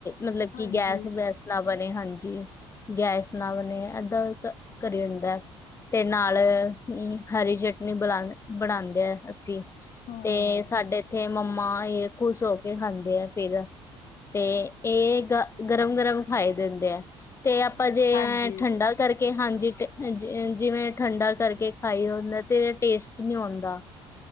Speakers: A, on the left; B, on the left.
A: ਮਤਲਬ ਕੀ
B: ਹਾਂਜੀ
A: ਗੈਸ ਵੈਸ ਨਾ ਬਣੇ ਹਾਂਜੀ। ਗੈਸ ਨਾ ਬਣੇ ਏਦਾਂ ਕਰੀਂਦੈ। ਤੇ ਨਾਲ ਹੂੰ ਹਰੀ ਚਟਨੀ ਬਲਾ ਬਣਾਦੇ ਅਸੀਂ।
B: ਹੂੰ
A: ਤੇ ਸਾਡੇ ਇੱਥੇ ਮੰਮਾ ਏ ਖੁਸ਼ ਹੋ ਕੇ ਖਾਂਦੇ ਐ। ਫੇਰ ਤੇ ਏ
B: ਅੱਛਾ।
A: ਗ ਗਰਮ-ਗਰਮ ਖਾਈ ਦੇ ਹੁੰਦੇ ਐ। ਤੇ ਆਪਾਂ ਜੇ
B: ਹਾਂਜੀ
A: ਐ ਠੰਡਾ ਕਰਕੇ ਹਾਂਜੀ ਟ ਹਾਂਜੀ ਜਿਵੇਂ ਠੰਡਾ ਕਰਕੇ ਖਾਈ ਹੁੰਦਾ ਤੇ ਟੇਸਟ ਨੀ ਔਨਦਾ। ਹ <inaudible>